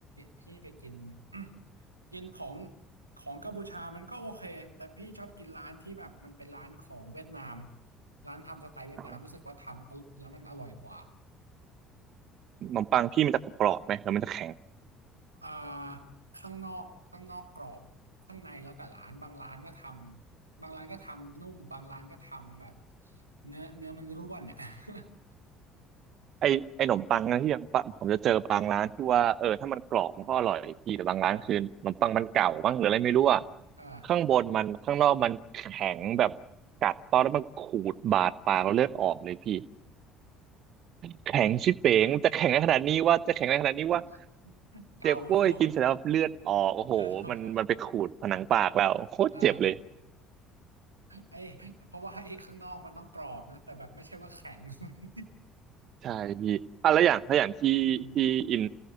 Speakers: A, on the right; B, on the right.
A: พี่ไปกิน <coughs> <clears throat> กินของของกัมพูชามันก็โอเคแต่พี่ชอบกินร้านที่แบบมันเป็นร้านของเวียดนามร้านทำสไตล์เวียดนามรู้สึกว่าทำเอาแล้วมันอร่อยกว่า
B: อ้าวขนมปังพี่มันจะกรอบไหมแล้วมันจะแข็ง
A: อ่าข้างนอกข้างนอกกรอบข้างในแล้วแต่ร้านบางร้านก็ทำบางร้านก็ทำนุ่มบางร้านก็ทำแบบเนื้อเนื้อมันร่วน <laughs> อ่ะ <laughs>
B: ไอไอขนมปังนะที่ยังปะผมจะเจอบางร้านที่ว่าเออถ้ามันกรอบมันก็อร่อยพี่แต่บางร้านคือขนมปังมันเก่าบ้างหรืออะไรไม่รู้อะ
A: อ่าอา
B: ข้างบนมันข้างนอกมันแข็งแบบกัดตอนแล้วมันขูดบาดปากเราเลือดออกเลยพี่ แข็งชิบเป๋งจะแข็งในขนาดนี้ว่าจะแข็งในขนาดนี้ว่า
A: <laughs> เก่าชัวร์
B: เจ็บโว้ยกินเสร็จแล้วเลือดออกโอ้โหมันมันไปขูดผนังปากเราโคตรเจ็บเลย
A: เรือทอง <laughs> อ่าไอ้เพราะว่าไอ้ข้างนอกมันต้องกรอบนะแต่แบบไม่ใช่ว่าแข็ง <laughs>
B: ใช่พี่อ่ะแล้วอย่างถ้าอย่างที่ที่อิน
A: อืมๆ